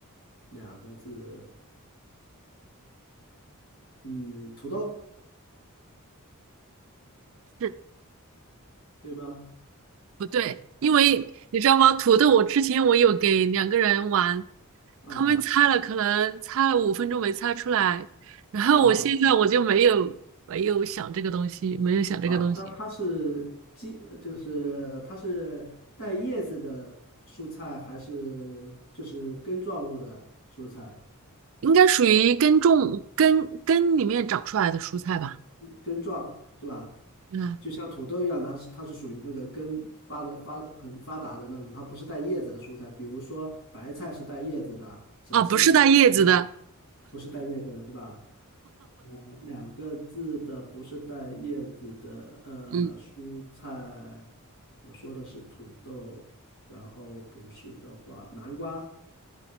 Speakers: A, on the left; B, on the right.
A: 两个字，嗯，土豆，
B: 是
A: 对吗？
B: 不对，因为你知道吗？土豆，我之前我有给两个人玩，
A: 啊
B: 他们猜了，可能猜了五分钟没猜出来，然后我现在我就没有没有想这个东西，
A: 啊，
B: 没有想这个东西。
A: 好，那它是茎，就是它是带叶子的蔬菜，还是就是根状物的蔬菜？
B: 应该属于根种根根里面长出来的蔬菜吧？
A: 根状，对吧？
B: 嗯，
A: 就像土豆一样，它是它是属于那个根发的发很发达的那种，它不是带叶子的蔬菜。比如说白菜是带叶子的，小青菜是带叶子，
B: 啊，不是带叶子的，
A: 不是带叶子的是吧？嗯两个字的不是带叶子的呃蔬菜，
B: 嗯，
A: 我说的是土豆，然后不是的话，南瓜、